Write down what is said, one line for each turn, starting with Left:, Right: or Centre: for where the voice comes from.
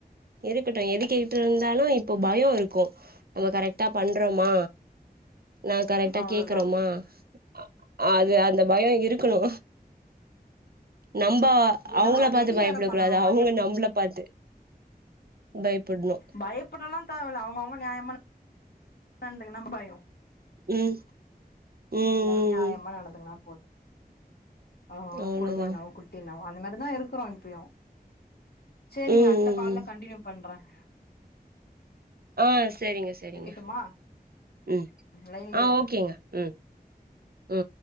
Right: இருக்கட்டும் எது கேட்டு இருந்தாலு இப்போ பயோ இருக்கு நம்ம கரெக்ட்டா பண்றோமா நா கரெக்டா
Left: அவ்ளோதா
Right: கேக்குறோமா அ அது அந்த பயோ இருக்கணு நம்ப
Left: என்ன
Right: அவங்கள
Left: வேற
Right: பாத்து
Left: ரெடி
Right: பயப்படக்க
Left: வேற பண்ணணுமா
Right: கூடாது அவங்க
Left: எப்
Right: நம்மள பாத்து பயப்படணு
Left: பயப்படலா தேவ இல்ல அவங்கவுங்க நியாயமா நடந்துக்குனா பயோ
Right: ம் ம்
Left: எல்லாரு
Right: ம்
Left: நியாயமா
Right: ம்
Left: நடந்துக்குனா போது அவ்ங்க அவ்ங்க
Right: அவ்ளோதா
Left: குடும்போ என்னமோ குட்டி என்னமோ அந்த மாதிரிதா இருக்கிறோ இப்பயு சேரிங்க
Right: ம்
Left: அடுத்த
Right: ம்
Left: கால்ல
Right: ம்
Left: கண்டினியூ பண்ற
Right: ஆ சரிங்க சரிங்க
Left: வைக்கட்டுமா
Right: ம்
Left: லைன்லயே
Right: ஆ
Left: இருங்க
Right: ஓகேங்க ம் ம்